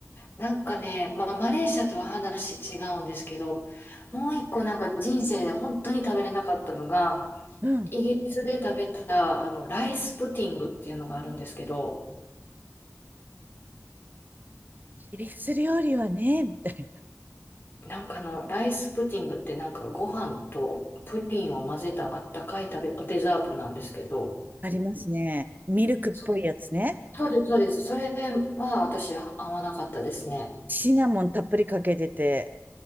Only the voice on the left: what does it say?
なんかね、まあ、マレーシアとは話違うんですけど、もう一個なんか人生で本当に食べれなかったのが、
イギリスで食べたあのライスプティングっていうのがあるんですけど、
なんかあのライスプティングってなんかご飯とプリンを混ぜたあったかい食べ、デザートなんですけど、
そそうです、そうです。それは私合わなかったですね。